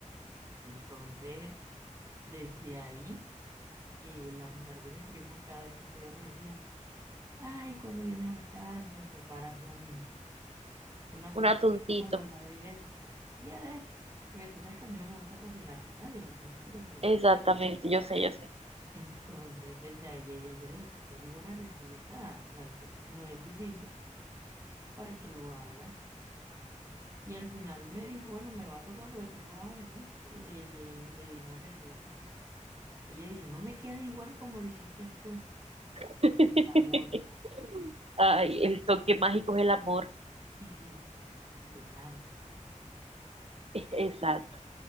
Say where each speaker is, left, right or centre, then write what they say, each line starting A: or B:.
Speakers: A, on the right; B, on the right.
A: Entonces, desde ahí, eh, la mujer de mi primo cada vez que podía me decía, ay, cuando vienes a la casa y me preparas un, un atuncito
B: Un atuncito,
A: como la vez, y yo, "Un día de esto, porque tú sabes que a mí no me gusta cocinarla a nadie, a mí me gusta cocinar.
B: exactamente, yo sé, yo sé.
A: Entonces, desde ahí ella, yo le dije, yo te digo la receta, o sea, yo, no es difícil para que lo hagas. Y al final me dijo, bueno, me va a tocar porque tú no vas a venir. Y le, le, le di la receta. Y ella dice, no me queda igual como lo hiciste tú.
B: <laughs>
A: Y te falta amor,
B: Ay, el toque mágico es el amor,
A: sí, sí, y el hambre.
B: <laughs> exacto.